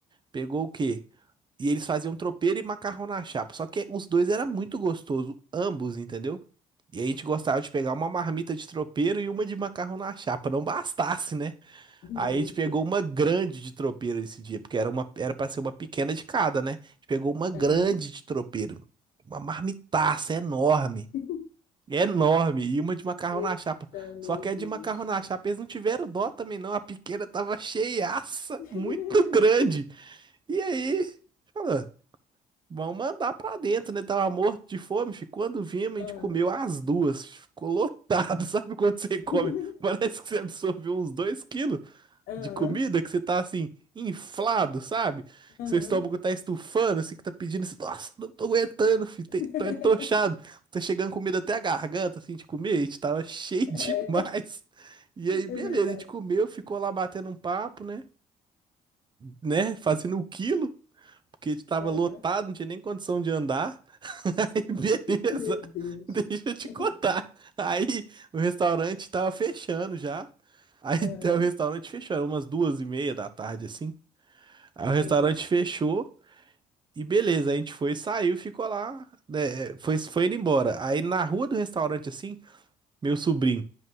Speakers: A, on the right; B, on the left.
A: Pegou o quê? E eles faziam tropeiro e macarrão na chapa. Só que os dois era muito gostoso, ambos, entendeu? E a gente gostava de pegar uma marmita de tropeiro e uma de macarrão na chapa, não bastasse, né?
B: <laughs> Meu
A: Aí a gente pegou
B: Deus.
A: uma grande de tropeiro esse dia, porque era uma, era para ser uma pequena de cada, né? A gente pegou uma grande
B: Aham.
A: de tropeiro, uma marmitaça enorme,
B: <laughs>
A: enorme, e uma de macarrão
B: Eita,
A: na chapa.
B: meu
A: Só que
B: Deus.
A: a de macarrão na chapa eles não tiveram dó também não, a pequena tava cheiaça,
B: <laughs>
A: muito grande. E aí, fala, vamos mandar pra dentro, né? Tava morto de fome, fi. Quando vimos, a
B: Aham.
A: gente comeu as duas. Ficou lotado, <laughs> sabe quando você come?
B: <laughs>
A: Parece que você absorveu uns dois quilos
B: Aham.
A: de comida, que você tá assim, inflado, sabe?
B: Aham.
A: Que seu estômago tá estufando, assim, que tá pedindo assim, nossa, não tô aguentando, fi, te-
B: <laughs>
A: tô entochado. Tá chegando comida até a garganta, assim, de comer, a gente tava cheio
B: É,
A: <laughs> demais. E aí, beleza,
B: é verdade.
A: a gente comeu, ficou lá batendo um papo, né? Né? Fazendo o quilo porque estava
B: Aham.
A: lotado, não tinha nem condição de andar. <laughs> Aí, beleza,
B: Meu Deus.
A: deixa eu te
B: <laughs>
A: contar. Aí o restaurante estava fechando já. Aí <laughs>
B: Aham.
A: até o restaurante fechou, era umas duas e meia da tarde, assim. Aí o restaurante
B: Entendi.
A: fechou e beleza, a gente foi, saiu, e ficou lá, né, foi, foi indo embora. Aí na rua do restaurante, assim, meu sobrinho,